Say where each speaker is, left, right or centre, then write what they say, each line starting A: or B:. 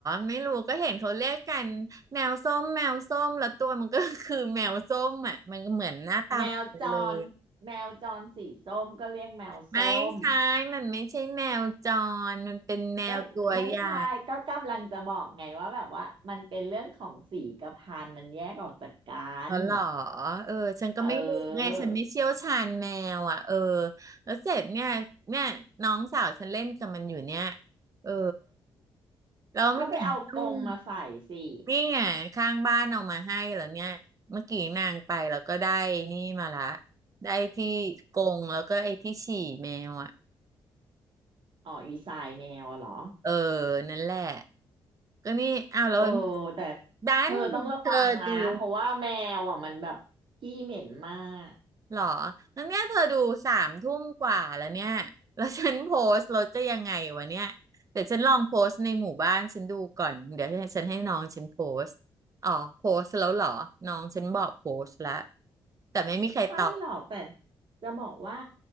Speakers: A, on the right; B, on the right.
A: ไม่รู้ก็เห็นเขาเรียกกันแมวส้มแมวส้มแล้วตัวมันก็ <laughs> คือแมวส้มอ่ะมันก็เหมือนหน้าตาเหมือนกันเลย
B: แมวจรแมวจรสีส้มก็เรียกแมวส้ม
A: ไม่ใช่มันไม่ใช่แมวจรมันเป็นแมวตัวใหญ่
B: ก็ไม่ใช่ก็กำลังจะบอกไงว่าแบบว่ามันเป็นเรื่องของสีกับพันธุ์มันแยกออกจากกัน
A: อ๋อเหรอเออฉันก็ไม่รู้ไงฉันไม่เชี่ยวชาญแมวอ่ะเออ
B: เออ
A: แล้วเสร็จเนี่ยเนี่ยน้องสาวฉันเล่นกับมันอยู่เนี่ยเออแล้วเมื่อกี้อืม
B: ก็ไปเอากรงมาใส่สิ
A: นี่ไงข้างบ้านเอามาให้แล้วเนี่ยเมื่อกี้นางไปแล้วก็ได้นี่มาละได้ที่กรงแล้วก็ไอ้ที่ฉี่แมวอ่ะ
B: อ๋ออีสายแมวอะเหรอ
A: เออนั่นแหละก็นี่อ้าวแล้ว
B: เออแต่
A: ดันเธอดู
B: เธอต้องระวังนะเพราะว่าแมวอ่ะมันแบบขี้เหม็นมาก
A: หรอแล้วเนี่ยเธอดูสามทุ่มกว่าแล้วเนี่ยแล้วฉันโพสต์เราจะยังไงวะเนี่ยแต่ฉันลองโพสต์ในหมู่บ้านฉันดูก่อนเดี๋ยวฉันให้น้องฉันโพสต์อ๋อโพสต์แล้วเหรอน้องฉันบอกโพสต์แล้วแต่ไม่มีใครตอบ
B: ไม่หรอกแต่จะบอกว่า